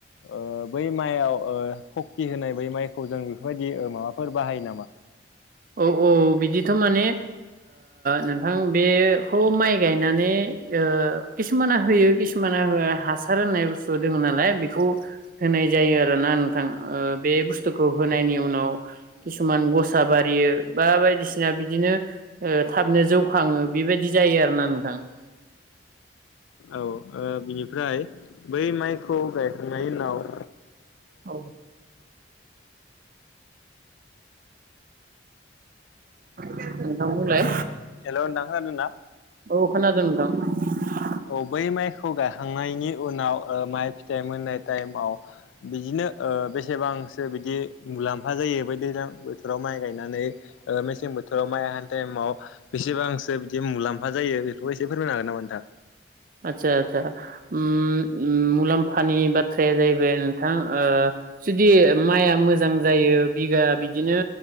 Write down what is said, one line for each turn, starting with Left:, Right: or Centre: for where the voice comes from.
Left: ओ बै मायाव ओ सक्ति होनाय बै माइखौ जों बेफोरबायदि माबाफोर बाहायो नामा।
Right: औ औ बिदिथ' माने नोंथां बेखौ माइ गायनानै किसुमाना होयो किसुमान हो हासार होननाय बुस्थु दङ नालाय बेखौ होनाय जायो आ नोंथां ओ बे मुथुसथु होननाय उनाव खिसुमान गसा बा रियो बा बायदिसिना बिदिनो थाबनो जौखाङो बेबायदि जायो आरोना नोंथां <inaudible>
Left: औ बिनिफ्राय बै माइखौ गायखांनायनि उनाव
Right: औ नोंथां बुंलाय
Left: हेलौ नोंथां खोनादों ना
Right: औ खोनादों <inaudible>
Left: औ बै माइखौ गायाखांनायनि उनाव माइ फिथाइ मोननाय टाइमाव बिदिनो ओ बेसेबांसो बिदि ओ मुलाम्फा जायो बोथोराव माइ गायनानै में मेसें बोथोराव माइ हानि टाइमाव बेसेबांसो बिदि मुलाम्फा जायो बेफोरखौ एसे फोरमायनो हागोन नामा नोंथां
Right: आतसा आतसा अम मुलाम्फानि बाथ्राया जाहैबाय नोंथां ओ जुदि माइआ मोजां जायो बिगा बिदिनो